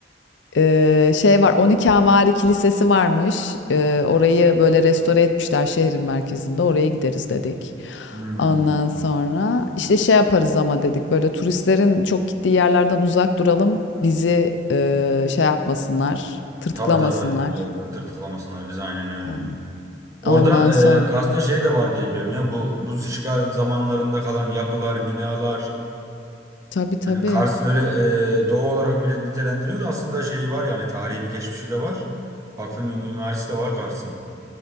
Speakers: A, on the left; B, on the right.
A: eee, şey var 12 Havari Kilisesi varmış. Eee, orayı böyle restore etmişler şehrin merkezinde. Oraya gideriz dedik.
B: Hmm.
A: Ondan sonra işte şey yaparız ama dedik böyle turistlerin çok gittiği yerlerden uzak duralım. Bizi eee, şey yapmasınlar, tırtıklamasınlar.
B: Tabii tabii yok ya tırtıklamasınlar bizi aynen öyle.
A: Aynen.
B: Orada
A: Ondan sonra.
B: e, Kars'ta şey
A: Hı
B: de
A: hı.
B: var diye biliyorum ya bu Rus işgal zamanlarında kalan yapılar, binalar
A: Tabii tabii.
B: Yani Kars öyle e, doğu olarak millet nitelendiriyordu. Aslında şeyi var yani tarihi bir geçmişi de var. Farklı bir mimarisi de var Kars'ın.